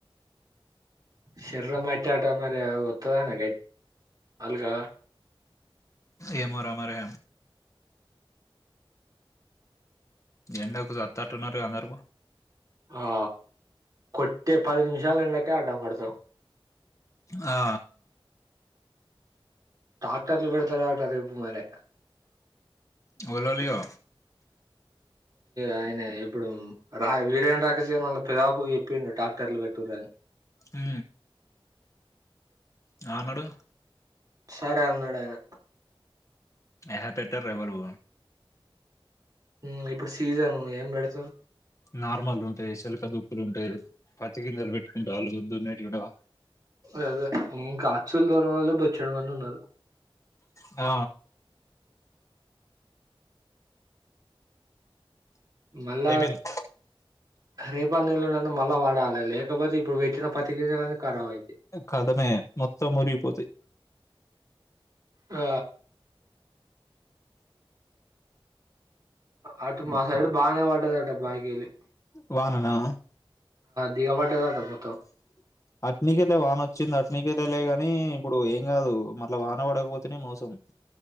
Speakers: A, on the right; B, on the left.
A: శరీరా మా అయితే ఆట మరి వత్తదానా అల్గా
B: ఏమో రా మరి ఎండకు సత్త అట్టున్నారుగ అందరూ
A: ఆ కొట్టే పది నిమిషాలు ఎండకు అడ్డం పడతాం
B: ఆ
A: ట్రాక్టర్లు పెడతారట రేపు మరే
B: ఎవలి లియ
A: ఆయనే ఇప్పుడు రా వీరేంద రాకేష్ వాళ్ళ పెదాబాపు చెప్పిండు ట్రాక్టర్లు పెట్టుర్రు అని
B: ఉ ఆ అన్నడు
A: సరే అన్నాడు ఆయన
B: ఏ పెట్టర్ ఎవరు
A: ఉ ఇప్పుడు సీజను ఏం పెడతావ్
B: నార్మల్ ఉంటాయి చిలక దుక్కులు ఉంటాయి పత్తి గింజలు పెట్టుకుంటా వాళ్ళు దున్నేటివి కూడా
A: అదే కాట్లు తొలె వాళ్ళు బొచ్చెడు మంది ఉన్నారు
B: ఆ
A: మళ్ళ
B: అయిపోయింది
A: రేపన్న ఎల్లుండిన్న మళ్ళా పడాలే లేకపోతే ఇప్పుడు పెట్టిన పత్తి గింజలన్నీ ఖరాబ్ అయి
B: కథమే మొత్తం మురిగిపోతాయి
A: ఆ అటు మా సైడ్ బాగానే పడ్డది అట బాకి వెళ్ళి
B: వానా
A: దిగబడ్డదట మొత్తం
B: అటనికే వాన వచ్చింద నీకైతేలే గాని ఇప్పుడు ఏం గాదు మట్ల వాన పడకపోతేనే మోసం